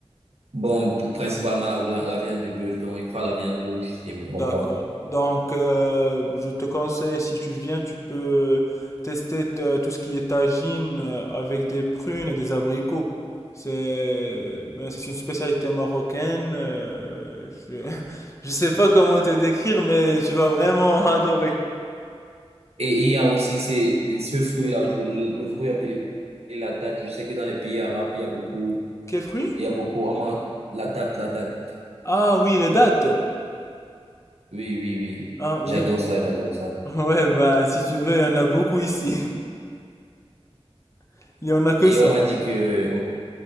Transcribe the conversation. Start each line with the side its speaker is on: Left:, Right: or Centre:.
Right: Bon, p- principalement la, la, la viande de bœuf, donc il croit la viande rouge, si je ne me trompe
Left: D'accord.
Right: pas.
Left: Donc, euh, je te conseille, si tu viens, tu peux tester euh, tout ce qui est tagine euh, avec des prunes et des abricots. C'est ben, c'est une spécialité marocaine. euh, je <laughs> je sais pas comment te décrire, mais tu vas vraiment <laughs> adorer.
Right: Et il y a aussi ces, ce fruit-là, je- le, le fruit appelé la date. Je sais que dans les pays arabes, il y a beaucoup,
Left: Quel fruit?
Right: il y a beaucoup, on mange la date, la date.
Left: Ah oui, les dattes.
Right: Oui, oui, oui.
Left: Ah
Right: J'adore
Left: oui. <laughs>
Right: ça, j'adore ça.
Left: Ouais, ben, si tu veux, il y en a beaucoup ici. <laughs> Il y en a que
Right: Et
Left: ça.
Right: on m'a dit que,